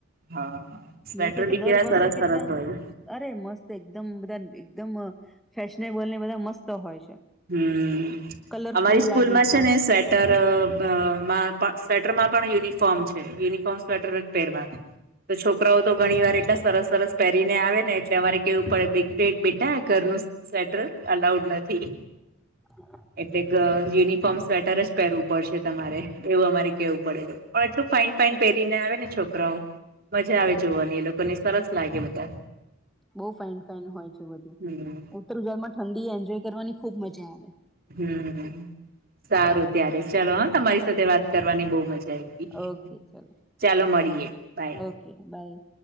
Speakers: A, on the right; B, in the centre.
A: હા હા સ્વેટર
B: મને થાય કે
A: બી
B: દર
A: કેવા
B: વર્ષે
A: સરસ
B: કેટલા
A: સરસ હોય.
B: અરે મસ્ત એકદમ બધા એકદમ ફેશનેબલ ને બધા મસ્ત હોય છે.
A: હમ
B: કલરફુલ
A: અમારી સ્કૂલમાં
B: લાગે એકદમ
A: છે ને સ્વેટરઅબમાં પણ સ્વેટર માં પણ યુનિફોર્મ છે યુનિફોર્મ સ્વેટર જ પહેરવાનું. તો છોકરાઓ તો ઘણી વાર એટલા સરસ સરસ પહેરીને આવે ને એટલે અમારે કેવું પડે બેટેક બેટા ઘરનું સ્વેટર અલાઉડ નથી.
B: હ
A: એટલે ગ યુનિફોર્મ સ્વેટર જ પેરું પડશે તમારે એવું અમારે કેવું પડેલ પણ એટલું ફાાઈન ફાઈન પહેરીને આવે ને છોકરાઓ મજા આવે જોવાની એ લોકોને સરસ લાગે બધા
B: બઉ ફાઇન ફાઇન હોય છે બધું
A: હમ
B: ઉત્તર ગુજરાતમાં ઠંડી એન્જોય કરવાની ખુબ મજા આવે
A: હમ સારું ત્યારે ચાલ હ તમારી સાથે વાત કરવાની બહુ મજા આવી ગ
B: ઓકે ચલો
A: ચાલો મળીએે બાય
B: ઓકે બાય